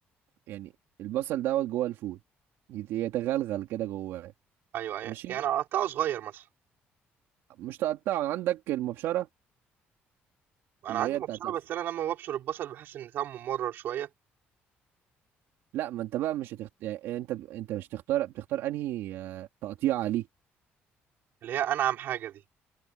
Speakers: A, on the right; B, on the right.
A: يعني البصل دوت جوه الفول يت- يتغلغل كده جواه
B: ايوه
A: ماشي
B: يعني اقطعه صغير مثلا
A: مش تقطعه عندك المبشره
B: انا
A: اللي
B: عندي
A: هي
B: مبشره
A: بتاعت الف...
B: بس انا لما ببشر البصل بحس ان طعمه ممرر شويه
A: لا ما انت بقى مش هتخت... يعني انت انت مش تختار بتختار انهي آه، تقطيعه ليه
B: اللي هي انعم حاجه دي